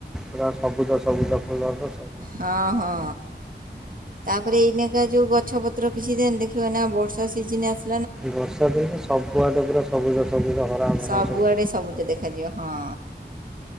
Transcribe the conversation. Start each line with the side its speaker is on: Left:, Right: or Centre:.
Centre: ପୁରା ସବୁଜ ସବୁଜ ଫୁଲର ସ
Right: ହଁ ହଁ। ତାପରେ ଏଇନେକା ଯେଉଁ ଗଛପତ୍ର କିଛି ଦେଖିବ ନା ବର୍ଷା ସିଜନ୍ ଆସ
Centre: ବର୍ଷା ଦିନ ସବୁଆଡେ ପୁରା ସବୁଜ ସବୁଜ ହରା ଭରା
Right: ସବୁଆଡେ
Centre: ସବୁ
Right: ସବୁଜ ଦେଖାଯିବ ହଁ।